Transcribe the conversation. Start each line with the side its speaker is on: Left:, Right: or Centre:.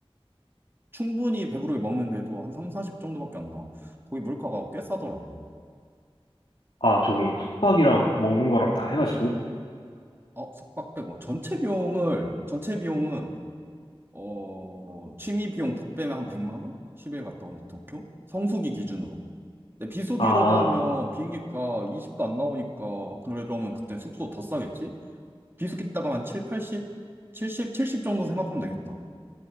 Right: 충분히 배부르게 먹는데도 한 3, 40 정도밖에 안 나와. 거기 물가가 꽤 싸더라고.
Left: 아, 저기, 숙박이랑 먹는 거랑 다 해가지고.
Right: 어, 숙박 빼고. 전체 비용을, 전체 비용은, 어, 취미 비용 다 빼면 한 100만 원? 10일 갔다 오는 도쿄? 성수기 기준으로. 근데 비수기로
Left: 아,
Right: 가면 비행기가 20도 안 나오니까, 그러면 그때 숙소 더 싸겠지? 비수기 따가 한 7, 팔0 칠십 칠0 정도 생각하면 되겠다.